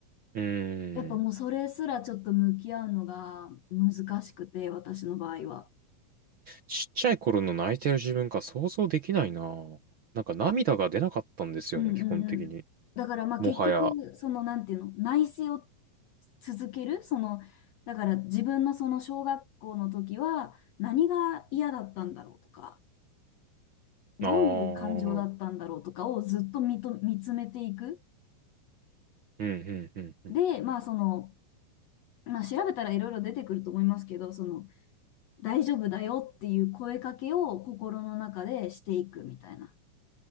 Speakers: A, on the right; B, on the left.
A: うーん。
B: やっぱもうそれすらちょっと向き合うのが難しくて、私の場合は。
A: ちっちゃい頃の泣いてる自分が想像できないな。なんか涙が出なかったんですよね、
B: うんうんうん。
A: 基本的に。
B: だからまあ結局、
A: もはや。あ
B: そのなんていうの、内省を続ける、その、だから自分のその小学校の時は何が嫌だったんだろうとか、どういう感情だったんだろうとかをずっと見と、
A: あ。うん、
B: 見つめていく。
A: うん、うん、うん。
B: で、まあその、まあ調べたらいろいろ出てくると思いますけど、その、大丈夫だよっていう声かけを心の中でしていくみたいな。